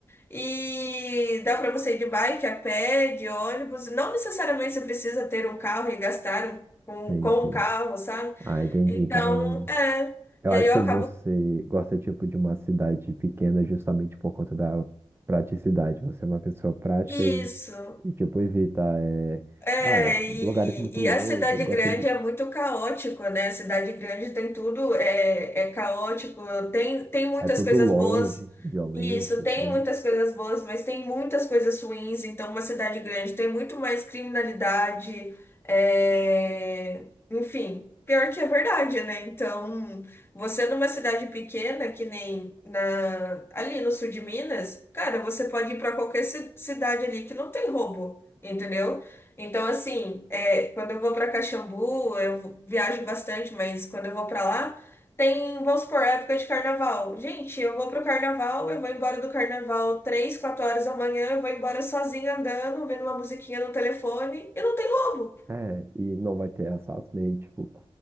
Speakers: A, on the left; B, on the right.
A: e dá para você ir de bike, a pé, de ônibus. Não necessariamente você precisa ter um carro e gastar um, com,
B: sim,
A: com
B: sim.
A: um carro, sabe?
B: Ah, entendi.
A: Então,
B: Então,
A: é.
B: eu
A: E
B: acho
A: aí eu
B: que
A: acabo.
B: você gosta, tipo, de uma cidade pequena justamente por conta da praticidade. Você é uma pessoa prática
A: Isso.
B: e, e tipo, evita, é,
A: É,
B: ah,
A: e,
B: lugares muito longe,
A: e a cidade
B: gosta
A: grande
B: de...
A: é muito caótico, né? A cidade grande tem tudo, é, é caótico, tem, tem muitas
B: É tudo
A: coisas
B: longe,
A: boas,
B: violência,
A: e isso, tem
B: tá ligado?
A: muitas coisas boas, mas tem muitas coisas ruins, então uma cidade grande tem muito mais criminalidade, é, enfim, pior que é verdade, né? Então, você numa cidade pequena, que nem na, ali no sul de Minas, cara, você pode ir para qualquer ci- cidade ali que não tem roubo, entendeu? Então, assim, é, quando eu vou para Caxambu, eu viajo bastante, mas quando eu vou para lá, tem, vamos supor, época de carnaval. Gente, eu vou pro carnaval, eu vou embora do carnaval três, quatro horas da manhã, eu vou embora sozinha andando, ouvindo uma musiquinha no telefone, e não tem roubo.
B: É, e não vai ter assalto nem, tipo,